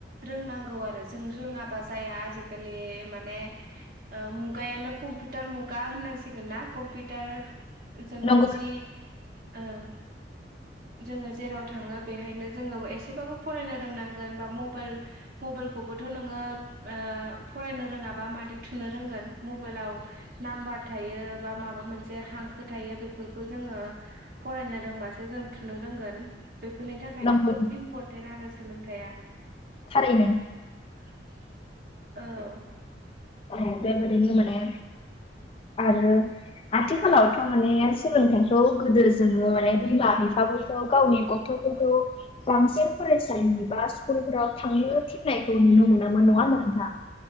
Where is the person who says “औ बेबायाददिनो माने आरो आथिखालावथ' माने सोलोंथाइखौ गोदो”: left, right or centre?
Left